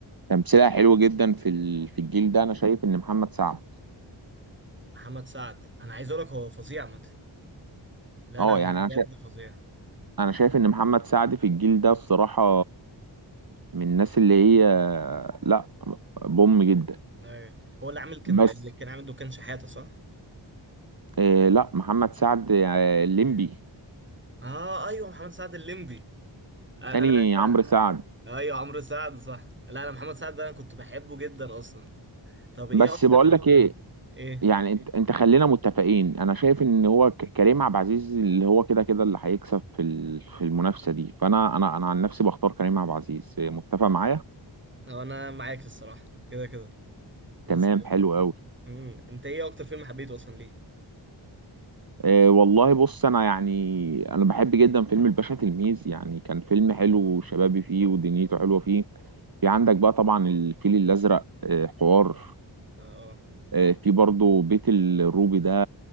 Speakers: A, on the right; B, on the right.
A: تمثيلها حلو جدا في ال- في الجيل ده انا شايف ان محمد سعد
B: محمد سعد انا عايز اقول لك هو فظيع مت لا
A: اه
B: لا هو
A: يعني
B: بجد
A: انا شايف
B: فظيع
A: انا شايف
B: مم.
A: ان محمد سعد في الجيل ده الصراحة من الناس اللي هي لا بوم جدا
B: أيوة. هو اللي عامل كان
A: بس
B: اللي كان عامل دكان شحاته صح
A: آه لا محمد سعد آه، الليمبي
B: Yeah. اه ايوه محمد سعد الليمبي آه،
A: تاني
B: انا أنت-
A: عمرو سعد
B: ايوه عمرو سعد صح لا انا محمد سعد ده انا كنت بحبه جدا اصلا طب ايه
A: بس
B: اكتر
A: بقول
B: افلام
A: لك ايه
B: ايه
A: يعني انت انت خلينا متفقين انا شايف ان هو ك- كريم عبد العزيز اللي هو كده كده اللي هيكسب في ال- في المنافسه دي فانا انا انا عن نفسي بختار كريم عبد العزيز آه، متفق معايا
B: هو انا معاك الصراحه كده كده بس
A: تمام حلو قوي
B: مم. انت ايه اكتر فيلم حبيته اصلا ليه
A: أه والله بص انا يعني انا بحب جدا فيلم الباشا تلميذ يعني كان فيلم حلو
B: اه
A: وشبابي فيه ودنيته حلوه فيه في عندك بقى طبعا الفيل الازرق آه، حوار
B: اه
A: آه، في برضو بيت الروبي ده